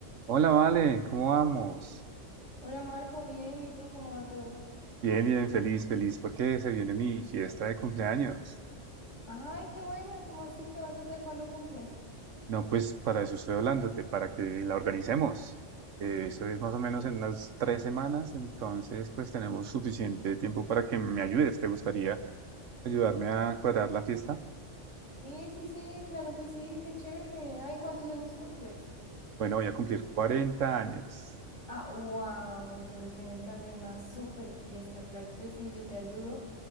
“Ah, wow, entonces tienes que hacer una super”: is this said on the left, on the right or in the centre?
Left